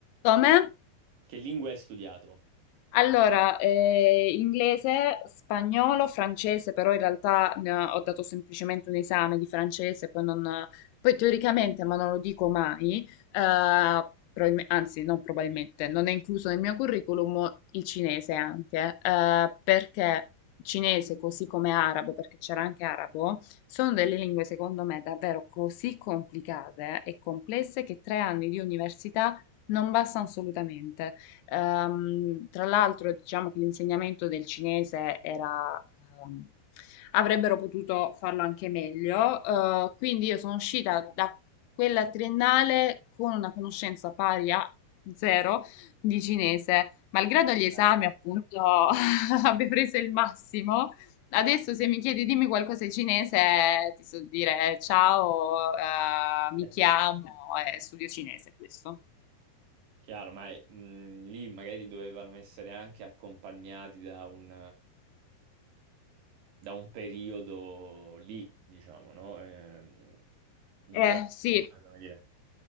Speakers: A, on the left; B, on the right.
A: Come?
B: Che lingua hai studiato?
A: Allora, eh, inglese, spagnolo, francese, però in realtà ne ho ho dato semplicemente un esame di francese, poi, non, poi teoricamente, ma non lo dico mai, eh, probabilme- anzi non probabilmente, non è incluso nel mio curriculum il cinese anche, eh, perché cinese così come arabo, perché c'era anche arabo, sono delle lingue secondo me davvero così complicate e complesse che tre anni di università non bastano assolutamente. Ehm, tra l'altro, diciamo che l'insegnamento del cinese era, ehm, avrebbero potuto farlo anche meglio, eh, quindi io sono uscita da quella triennale con una conoscenza pari a zero di cinese, malgrado gli esami,
B: Ah,
A: appunto, <laughs> abbia preso il massimo. Adesso se mi chiedi dimmi qualcosa in cinese, ti so dire ciao, eh, mi
B: eh,
A: chiamo, e studio cinese questo.
B: Chiaro, ma eh, mh, lì magari dovevano essere anche accompagnati da un, da un periodo lì, diciamo, no? Ehm, non
A: Eh,
B: era
A: sì,
B: come dire.